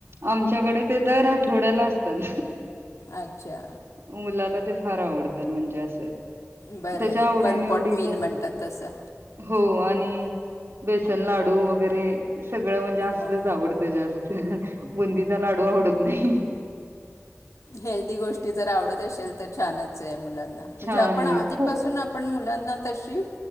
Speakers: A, on the right; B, on the left.
A: आमच्याकडे ते दरं आठवड्याला असतं
B: अच्छा
A: मुलाला ते फार आवडतात म्हणजे असं
B: बरं
A: त्याच्या
B: आहे
A: आवडीनिवडी
B: वन पॉट मिल
A: पणं
B: म्हणतात तसं
A: हो आणि बेसन लाडू वगैरे सगळं म्हणजे असलच
B: हो
A: आवडतं जास्तं बुंदीचा लाडू आवडतं नाहीं
B: हेल्दी गोष्टी जर आवडतं असेल तर छानच आहे मुलांना म्हणजे
A: छान
B: आपणं
A: आहे
B: आधीपासून
A: खूप
B: पणं मुलांना तशी